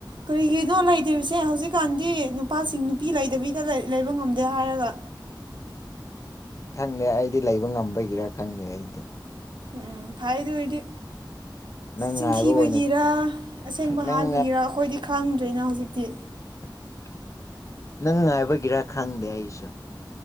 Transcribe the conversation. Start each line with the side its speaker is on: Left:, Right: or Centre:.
Right: ꯀꯔꯤꯒꯤꯅꯣ ꯂꯩꯇ꯭ꯔꯤꯁꯦ ꯍꯧꯖꯤꯛꯀꯥꯟꯗꯤ ꯅꯨꯄꯥꯁꯤꯡ ꯅꯨꯄꯤ ꯂꯩꯗꯕꯤꯩꯗ ꯂꯩꯕ ꯉꯝꯗꯦ ꯍꯥꯏꯔꯒ
Left: ꯈꯪꯗꯦ ꯑꯩꯗꯤ ꯂꯩꯕ ꯉꯝꯕꯒꯤꯔꯥ ꯈꯪꯗꯦ ꯑꯩꯗꯤ
Right: ꯎꯝ ꯐꯥꯏ ꯑꯗꯨꯗꯤ
Left: ꯅꯪ
Right: ꯆꯤꯟꯊꯤꯕꯒꯤꯔ
Left: ꯉꯥꯏꯕ ꯑꯣꯏꯅ
Right: ꯑꯁꯦꯡꯕ
Left: ꯅꯪ
Right: ꯍꯥꯏꯕꯒꯤꯔ ꯑꯩꯈꯣꯏꯗꯤ ꯈꯪꯗ꯭ꯔꯦꯅ ꯍꯧꯖꯤꯛꯇꯤ
Left: ꯎꯝ ꯅꯪ ꯉꯥꯏꯕꯒꯤꯔ ꯈꯪꯗꯦ ꯑꯩꯁꯨ